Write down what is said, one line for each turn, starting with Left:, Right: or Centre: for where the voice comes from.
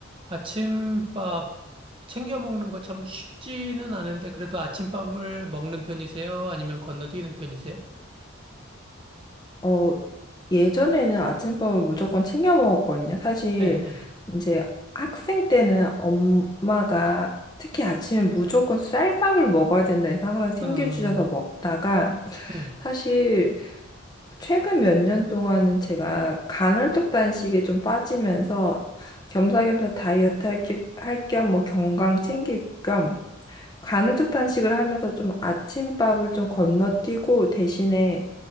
Right: 아침밥 챙겨 먹는 거 참 쉽지는 않은데 그래도 아침밥을 먹는 편이세요? 아니면 건너뛰는 편이세요?
Left: 어, 예전에는 아침밥을 무조건 챙겨 먹었거든요. 사실
Right: 네,
Left: 이제 학생 때는 엄마가 특히 아침에 무조건 쌀밥을 먹어야 된다 해서 항상 챙겨주셔서
Right: 네. 어,
Left: 먹다가
Right: 네.
Left: 사실 최근 몇 년 동안은 제가 간헐적 단식에 좀 빠지면서 겸사겸사 다이어트 할 겸 뭐 건강 챙길 겸 간헐적 단식을 하면서 좀 아침밥을 좀 건너뛰고 대신에